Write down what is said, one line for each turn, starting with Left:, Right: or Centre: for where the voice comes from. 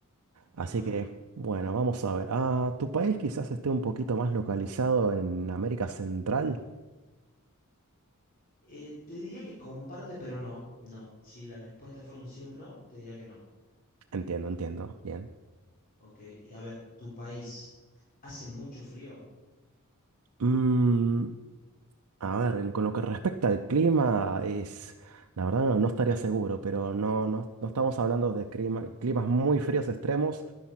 Right: Así
Left: Bueno,
Right: que, bueno, vamos a ver. Ah, tu país quizás esté un poquito más localizado en América Central.
Left: eh, te diría que comparte, pero no. No. Si la respuesta fuera un sí o un no, te diría que no.
Right: Entiendo, entiendo. Bien.
Left: Ok. Y a ver, ¿tu país hace mucho frío?
Right: Mm, A ver, en- con lo que respecta al clima, es, la verdad no, no estaría seguro, pero no, no, no estamos hablando de clima- climas muy fríos extremos.